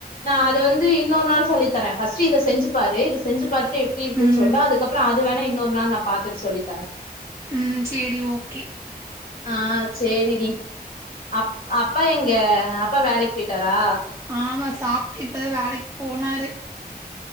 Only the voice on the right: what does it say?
ம்
ம் சேரி ஓக்கே
ஆமா சாப்ட்டு இப்பதா வேலைக்கு போனாரு